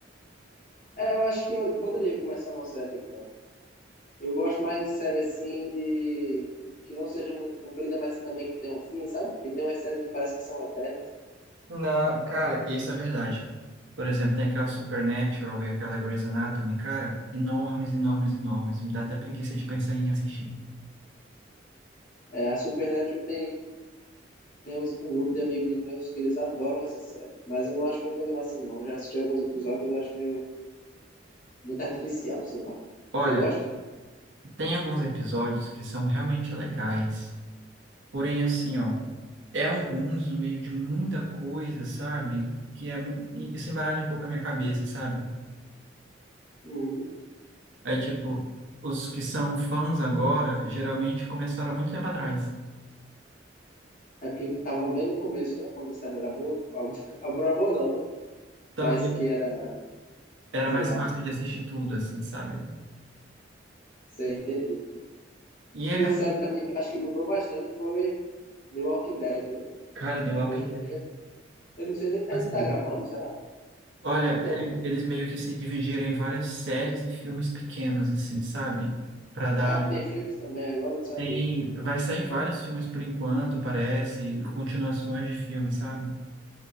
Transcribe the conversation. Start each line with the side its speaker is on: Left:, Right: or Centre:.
Left: É, eu acho que eu poderia começar uma série agora. Eu gosto mais de série assim, de... que não seja muito comprida, mas também que tenha um fim, sabe? Que tem umas séries que parece que são eternas.
Right: Não, cara, isso é verdade. Por exemplo, tem aquela Supernatural e aquela Grey's Anatomy, cara, enormes, enormes, enormes. Me dá até preguiça de pensar em assistir.
Left: É, a Supernatural tem, tem uns- um grupo de amigos meus que eles adoram essa série. Mas eu não acho muita graça, não. Eu já assisti alguns episódios, eu acho meio muito artificial, sei lá.
Right: Olha.
Left: Você gosta?
Right: Tem alguns episódios que são realmente legais. Porém, assim, ó, é alguns no meio de muita coisa, sabe? Que é, mu- e isso embaralha um pouco a minha cabeça, sabe?
Left: Uhum.
Right: É tipo, os que são fãs agora, geralmente começaram muito tempo atrás.
Left: É porque tava bem no começo, né? Quando a série era boa. Algo- <laughs> algo Era boa não, né?
Right: Talvez
Left: Mas que era,
Right: era
Left: sei
Right: mais
Left: lá,
Right: fácil de assistir tudo, assim, sabe?
Left: você entende.
Right: E eles,
Left: Uma série também que acho que mudou bastante foi The Walking Dead, né?
Right: cara, The Walking
Left: Hoje
Right: Dead,
Left: em dia, eu não sei nem, ainda
Right: assim,
Left: tá gravando, será? Acho
Right: olha,
Left: que não,
Right: ele-
Left: né?
Right: eles meio que se dividiram em várias séries e filmes pequenos, assim, sabe? Pra dar
Left: Ah, tem filmes também agora, não sabia.
Right: Tem, vai sair vários filmes por enquanto, parece, e continuações de filmes, sabe?